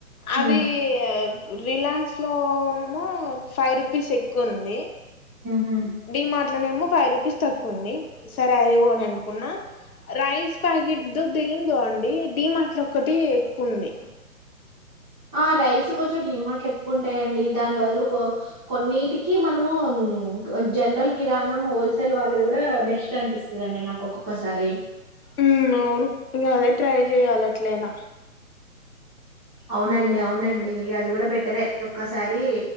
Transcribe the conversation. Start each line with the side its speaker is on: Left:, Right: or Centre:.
Centre: మ్మ్
Left: అది రిలయన్స్ లో నేమో ఫైవ్ రూపీస్ ఎక్ కొంది
Centre: మ్హూ
Left: డి మార్ట్ లోనే ఏమో ఫైవ్ రూపీస్ తక్కువంది సరే అదిగోని అనుకున్నా రైస్ ప్యాకెట్ దేందో అండి డి మాట్ల ఒక్కటి ఎక్కుఉంది.
Centre: ఆ రైస్ కొంచెం డిమార్ట్ లో ఎక్కువ ఉంటాయండి దాని బదులు కొన్నిటికి మనము ఇంక్ జనరల్ కిరాణం హోల్సేల్ వాళ్ళది కూడా బెస్ట్ అనిపిస్తదండి నాకు ఒక్కొక్కసారి.
Left: ఉ అవును ఇంక అదే ట్రై చెయాల అట్లయిన.
Centre: అవునండి అవునండి అది కూడా బెటరే ఒక్కసారి